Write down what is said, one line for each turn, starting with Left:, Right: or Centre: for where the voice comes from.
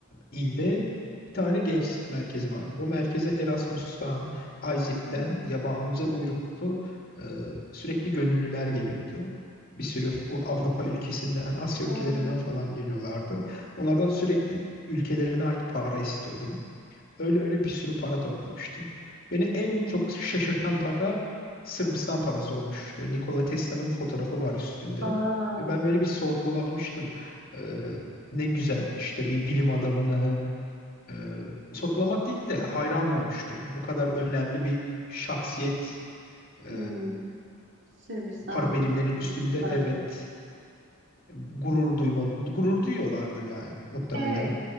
Left: ilde bir tane gençlik merkezi vardı. Bu merkeze Erasmus'tan, Isaac'ten
Right: Hmm.
Left: yabancı uyruklu e, sürekli gönüllüler geliyordu. Bir sürü f- Avrupa ülkesinden, Asya
Right: Aa.
Left: ülkelerinden falan geliyorlardı. Onlardan sürekli ülkelerine ait para istiyordum. Öyle öyle bir sürü para toplamıştım. Beni en çok şaşırtan para Sırbistan parası olmuştu. Nikola Tesla'nın fotoğrafı var üstünde.
Right: Aa.
Left: Ve ben böyle bir sorgulamıştım. Ee, ne güzel işte bir bilim adamını e, sorgulamak değil de hayran olmuştum. Bu kadar önemli bir şahsiyet e,
Right: Hmm. Sırbistan
Left: para birimlerinin
Right: bilimci,
Left: üstünde
Right: Farabi.
Left: evet gurur duymalı. Gurur duyuyorlardır yani muhtemelen.
Right: Evet.